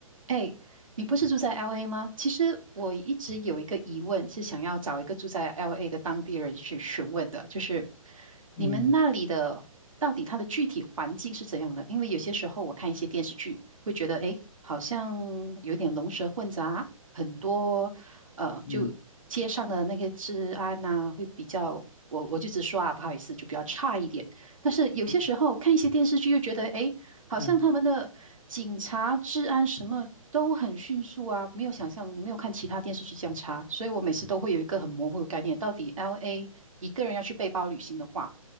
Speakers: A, on the right (about 65°); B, on the left (about 30°).
A: 哎，你不是住在 LA 吗？其实我一直有一个疑问，是想要找一个住在 LA 的当地人去询问的，就是你们那里的到底它的具体环境是怎样的？
B: 嗯
A: 因为有些时候我看一些电视剧，会觉得哎，诶好像有点龙蛇混杂，很多呃，
B: 嗯
A: 就街上的那些治安呐、会比较，我我就直说啊，不好意思，就比较差一点。但是有些时候看一些电视剧，
B: 嗯
A: 又觉得哎，诶好像他们的警察、
B: 嗯，
A: 治安什么都很迅速啊，没有想象，你没有看其他电视剧这样查，所以我每次都会有一个很模糊的概念，到底 LA 一个人要去背包旅行的话，